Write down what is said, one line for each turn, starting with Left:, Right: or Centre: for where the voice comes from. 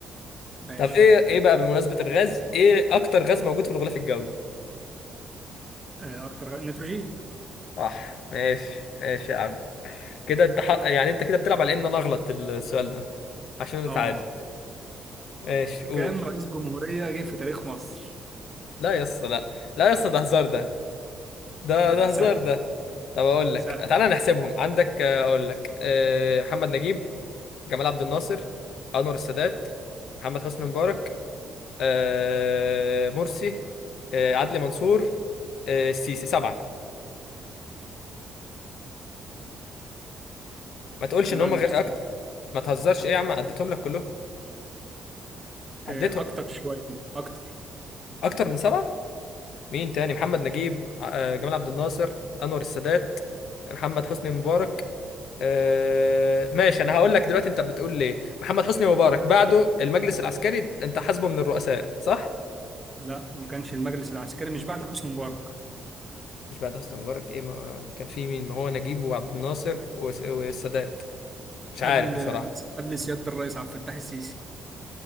Right: ماشي
Left: طب ايه ايه بقى بمناسبة الغاز ايه اكتر غاز موجود في الغلاف الجوي
Right: آه، اكتر غ... نيتروجين
Left: صح ماشي ماشي يا عم كده انت حق... يعني انت كده بتلعب على ان انا اغلط السؤال ده عشان نتعادل
Right: اه
Left: ايش قول
Right: كام رئيس جمهورية جه في تاريخ مصر
Left: لا يا اسطى لا لا يا اسطى ده هزار ده ده
Right: آه،
Left: ده
Right: سهل
Left: هزار ده طب اقول لك
Right: سهل
Left: تعالى نحسبهم عندك آه، اقول لك آه، محمد نجيب جمال عبد الناصر انور السادات محمد حسني مبارك آه، مرسي آه، عدلي منصور آه، السيسي سبعة ما تقولش
Right: لا
Left: ان هم
Right: مش
Left: غ... أكت...
Right: صعب
Left: ما تهزرش ايه يا عم عديتهم لك كلهم عديتهم
Right: آه، اكتر شوية اكتر
Left: اكتر من سبعة مين تاني محمد نجيب آه، جمال عبد الناصر انور السادات محمد حسني مبارك آه، ماشي انا هقول لك دلوقتي انت بتقول ليه محمد حسني مبارك بعده المجلس العسكري انت حاسبه من الرؤساء صح
Right: لا ما كانش المجلس العسكري مش بعد حسني مبارك
Left: مش بعد حسني مبارك ايه ما كان في مين ما هو نجيب وعبد الناصر وس- والسادات مش عارف
Right: قبل
Left: بصراحة
Right: قبل سيادة الرئيس عبد الفتاح السيسي